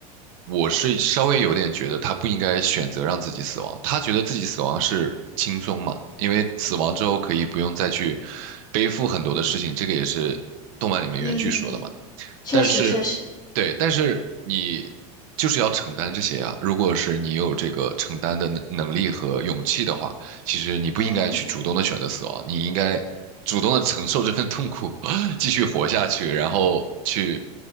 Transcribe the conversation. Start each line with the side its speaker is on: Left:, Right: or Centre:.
Right: 我是稍微有点觉得他不应该选择让自己死亡。他觉得自己死亡是轻松嘛，因为死亡之后可以不用再去背负很多的事情，这个也是动漫里面原剧说的嘛。
Left: 嗯，确实确实。
Right: 但是，对，但是你就是要承担这些啊。如果是你有这个承担的能能力和勇气的话，其实你不应该去主动的选择死亡，
Left: 嗯
Right: 你应该主动的承受这份痛苦，<laughs> 继续活下去，然后去